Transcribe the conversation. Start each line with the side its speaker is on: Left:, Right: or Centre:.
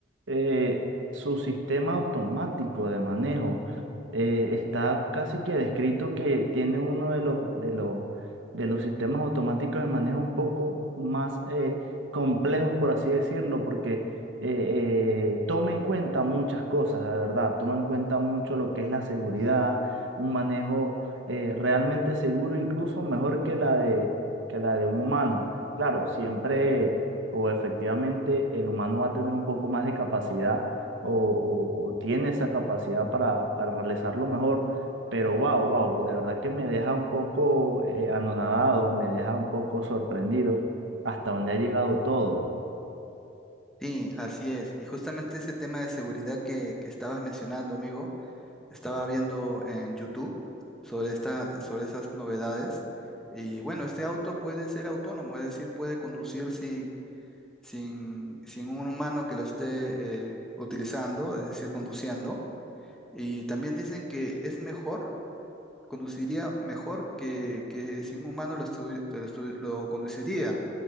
Right: eh, su sistema automático de manejo eh, está casi que descrito que tiene uno de los, de los, de los sistemas automáticos de manejo un poco más eh, complejos, por así decirlo, porque eh, eh, toma en cuenta muchas cosas, de verdad, toma en cuenta mucho lo que es la seguridad, un manejo eh, realmente seguro, incluso mejor que la de, que la de un humano. Claro, siempre o efectivamente el humano va a tener un poco más de capacidad o, o- o tiene esa capacidad para, para realizarlo mejor, pero wow, wow, de verdad que me deja un poco eh, anonadado, me deja un poco sorprendido hasta dónde ha llegado todo.
Centre: Sí, así es. Y justamente ese tema de seguridad que, que estabas mencionando, amigo, estaba viendo en YouTube sobre esta, sobre esas novedades. Y bueno, este auto puede ser autónomo, es decir, puede conducir si- sin, sin un humano que lo esté eh, utilizando, es decir, conduciendo Y también dicen que es mejor, conduciría mejor que, que si un humano lo, estu- lo estu- lo conduciría,